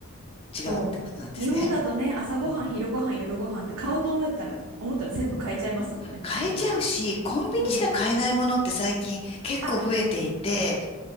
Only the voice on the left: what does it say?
違うってことなんですね。
うん
買えちゃうし、コンビニしか買えないものって最近結構増えていて、